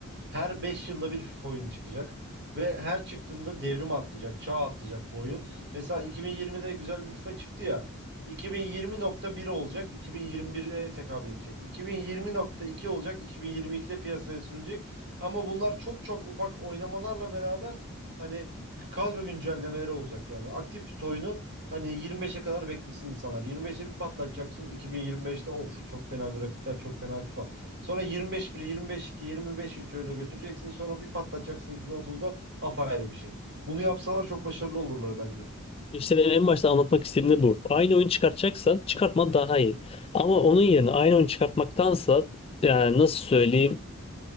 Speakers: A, on the right; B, on the left.
A: Her 5 yılda bir FIFA oyunu çıkacak. Ve her çıktığında devrim atlayacak, çağ atlayacak bu oyun. Mesela 2020'de güzel bir FIFA çıktı ya. 2020.1 olacak, 2021'e tekabül edecek. 2020.2 olacak, 2022'de piyasaya sürülecek. Ama bunlar çok çok ufak oynamalarla beraber hani kadro güncellemeleri olacak yani. Aktif tut oyunu Hani 25'e kadar beklesin insanlar. 25'e bir patlatacaksın. 2025'te of çok fena grafikler, çok fena FIFA. Sonra 25 1, 25 2, 25 3 öyle götüreceksin. Sonra bir patlatacaksın 2030'da apayrı bir şey. Bunu yapsalar çok başarılı olurlar bence.
B: işte benim en başta anlatmak istediğim de bu. Aynı oyun çıkartacaksan çıkartman daha iyi. Ama onun yerine aynı oyun çıkartmaktansa yani nasıl söyleyeyim